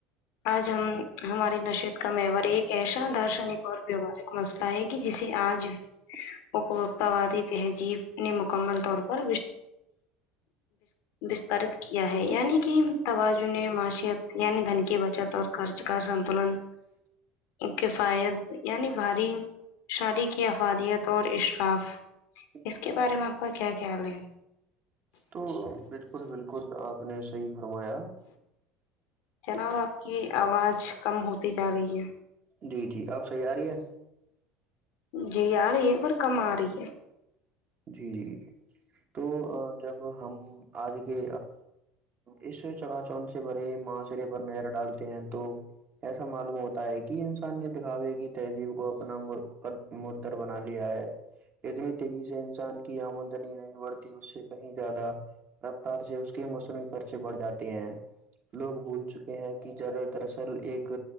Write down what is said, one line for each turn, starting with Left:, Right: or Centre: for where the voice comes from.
Left: آج ہم ہماری نشت کا مار ایک ایسا دارشنک اور بھیوارے مسئلہ آئے گی جسے آج
Right: <unintelligible>
Left: اپبوت وادی تہذیب نے مکمل طور پر وستارت کیا ہے یعنی کہ توجن نے معیشت یعنی دھن کی بچت اور خرچ کا سنتلن
Right: <unintelligible>
Left: کفایت یعنی بھاری شادی کی افادیت اور اشراف
Right: جی
Left: اس کے بارے میں آپ کا کیا خیال ہے
Right: تو بالکل بالکل آپ نے صحیح فرمایا
Left: جناب آپ کی آواز کم ہوتی جا رہی ہے
Right: جی جی آپ صحیح آ رہی ہے
Left: جی آ رہی ہے پر کم آ رہی ہے
Right: جی جی ج تو جب ہم آج کے اس چگا چند سے بھرے ماشرے پر نہر ڈالتے ہیں تو ایسا معلوم ہوتا ہے کہ انسان نے دکھاوے کی تہذیب کو اپنا متر بنا لیا ہے اتنی تیزی سے انسان کی آمدنی نہیں بڑھتی اس سے کہیں زیادہ رفتار سے اس کے موسم خرچے بڑھ جاتے ہیں لوگ بھول چکے ہیں کہرا دراصل ایک